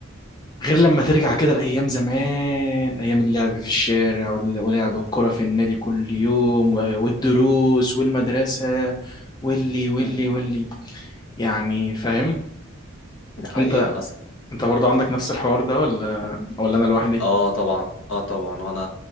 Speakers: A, on the left (about 20°); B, on the left (about 65°).
A: غير لما ترجع كده لايام زمان ايام اللعب في الشارع وال- ولعب الكرة في النادي كل يوم و- والدروس والمدرسة واللي واللي
B: مم.
A: واللي يعني فاهم
B: دي حقيقة
A: انت
B: حصل
A: انت برضو عندك نفس الحوار ده ولا ولا انا لوحدي
B: اه طبعا اه طبعا وانا